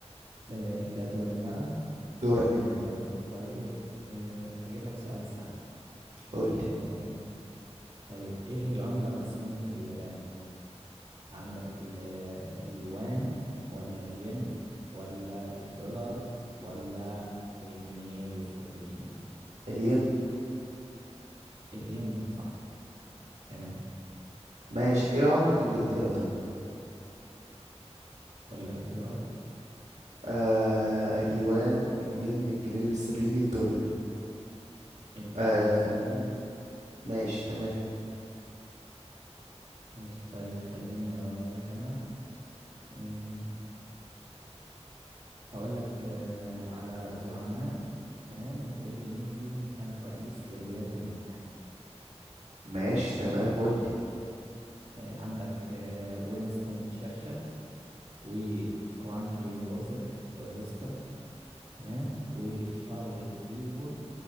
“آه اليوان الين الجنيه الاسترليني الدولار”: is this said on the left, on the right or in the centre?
Right